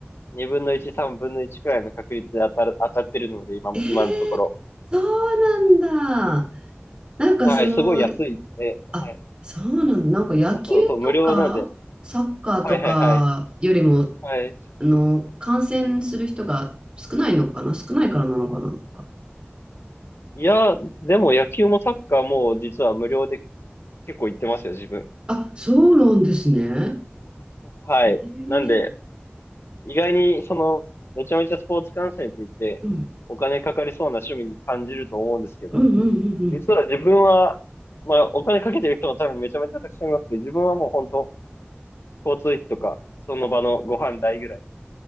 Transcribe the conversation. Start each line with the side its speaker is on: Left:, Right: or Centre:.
Left: 2分の1、3分の1くらいの確率で当たる、当たってるので、今、
Right: え
Left: 今のところ。
Right: えそうなんだ。なんかその、
Left: はい、すごい安い。え、
Right: あ、
Left: はい。
Right: そうなんだ。なんか野球とかサッカーとかよりも、
Left: あそうそう、無料なんで。はいはいはい。はい。
Right: あの、感染する人が少ないのかな少ないからなのかななんか
Left: いや、でも野球もサッカーも実は無料で結構行ってますよ、自分。
Right: あ、そうなんですね。
Left: はい。
Right: えー
Left: なんで、意外に、その、めちゃめちゃスポーツ観戦って言って、
Right: うん、
Left: お金かかりそうな趣味に感じると思うんですけど、
Right: うん、うん、うん。う
Left: 実は自分は、
Right: ん
Left: まあ、お金かけてる人も多分めちゃめちゃたくさんいますけど、自分はもう本当、交通費とか、その場のご飯代ぐらい、